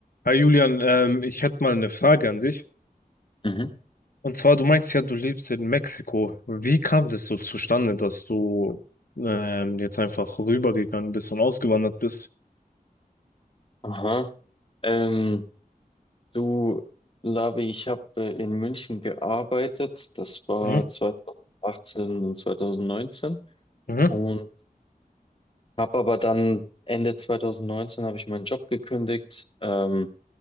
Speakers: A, on the left; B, on the left.
A: Hi Julian, ähm, ich hätte mal eine Frage an dich.
B: Mhm.
A: Und zwar, du meinst ja, du lebst in Mexiko. Wie kam das so zustande, dass du ähm, jetzt einfach rübergegangen bist und ausgewandert bist?
B: Aha. Ähm, du, Labi, ich habe äh, in München gearbeitet. Das war
A: Mhm.
B: 2018 und 2019.
A: Mhm.
B: Und habe aber dann Ende 2019 habe ich meinen Job gekündigt. Ähm,